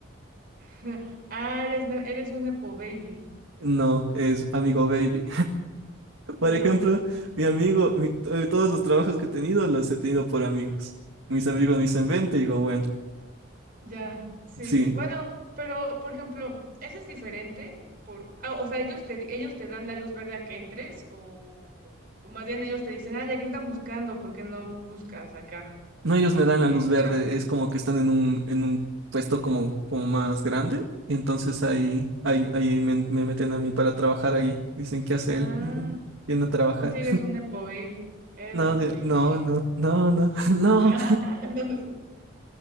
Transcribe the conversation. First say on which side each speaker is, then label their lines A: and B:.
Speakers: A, on the right; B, on the right.
A: <laughs> Ah, eres, ne- eres un Nepo Baby.
B: No, es amigo baby. Por
A: Digo,
B: ejemplo,
A: <laughs> güey.
B: mi amigo, mi- eh, todos los trabajos que he tenido los he tenido por amigos. Mis amigos me dicen, vente, y digo, bueno,
A: Ya, sí.
B: sí.
A: Bueno, pero por ejemplo, ¿ese es diferente? Por, ah, o sea, ellos te, ellos te dan la luz verde a que entres o, o más bien ellos te dicen, ah, ya que están buscando, ¿por qué no buscas acá?
B: No, ellos me dan
A: Eh,
B: la luz verde,
A: chamba.
B: es como que están en un, en un puesto como, como más grande, y entonces ahí, ahí, ahí me, me meten a mí para trabajar ahí. Dicen, ¿qué hace
A: Ah,
B: él? Dicen, viene a trabajar.
A: pues sí, eres un Nepo Baby. Eres
B: No,
A: Nepo
B: de,
A: Baby.
B: no, no, no, no, <laughs> no,
A: <laughs> Entonces,